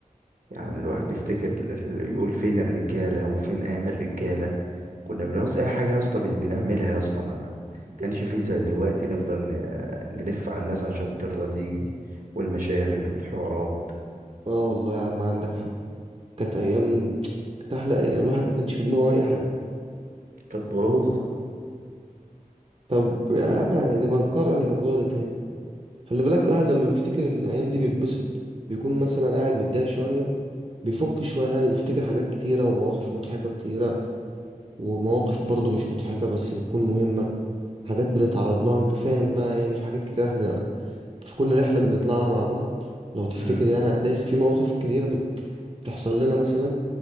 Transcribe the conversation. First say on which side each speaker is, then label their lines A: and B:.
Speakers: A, on the right; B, on the right.
A: يعني الواحد بيفتكر ال- ال- يقول فين الرجاله وفين ايام الرجاله كنا بنعوز اي حاجه يا اسطى بن- بنعملها يا اسطى ما كانش فيه زي دلوقتي نفضل ن- نلف على الناس عشان ترضى تيجي والمشاغل والحوارات
B: اه والله يا عم عندك حق كانت ايام كانت احلى ايام الواحد ما كانش في دماغه اي حاجة
A: كانت ضروزه
B: طب يا عم نبقى نكرر الموضوع ده تاني خلي بالك الواحد لما بيفتكر الأيام دي بيتبسط بيكون مثلا قاعد متضايق شوية بيفك شوية يعني بيفتكر حاجات كتيرة ومواقف مضحكة كتيرة ومواقف برضه مش مضحكة بس بتكون مهمة حاجات بنتعرض لها انت فاهم بقى يعني في حاجات كتير احنا في كل رحلة بنطلعها مع بعض لو تفتكر
A: امم
B: يعني هتلاقي في مواقف كتيرة بت... بتحصل لنا مثلا